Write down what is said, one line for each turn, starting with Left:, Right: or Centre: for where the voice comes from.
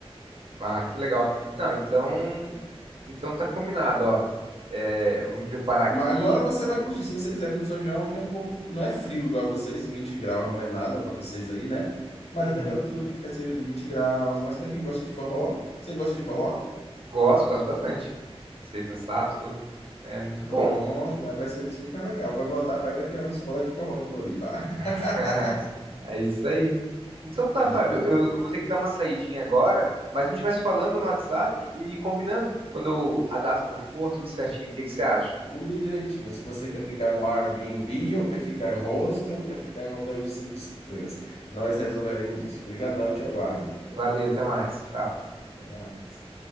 Right: Ah, que legal. Não, então, então tá combinado, ó. É, eu vou me preparar
Left: Mas
Right: aqui.
Left: agora você vai curtir. Se você quiser vir no São João, aqui é um pouco. Não é frio igual a vocês, 20 graus não é nada para vocês aí, né? Mas
Right: Uhum.
Left: a temperatura aqui fica cerca de 20 graus. Mas para quem gosta de forró, você gosta de forró?
Right: Gosto, gosto bastante. Sei dançar, tudo. É muito bom.
Left: Pronto, aí vai ser super legal. Vai voltar para aí, vai criar uma escola de forró em Floripa. <laughs>
Right: <laughs> É isso aí. Então tá,
Left: Muito
Right: Fábio,
Left: legal.
Right: eu vou ter que dar uma saidinha agora, mas a gente vai se falando no WhatsApp e combinando quando eu- a data que eu for, tudo certinho. O que que você acha?
Left: Tudo direitinho. Se você quer ficar no Airbnb, ou quer ficar em hostel, ou quer ficar em hotel de cinco estrelas, nós resolveremos isso. Obrigadão, te aguardo.
Right: Valeu, até mais. Tchau.
Left: Até mais.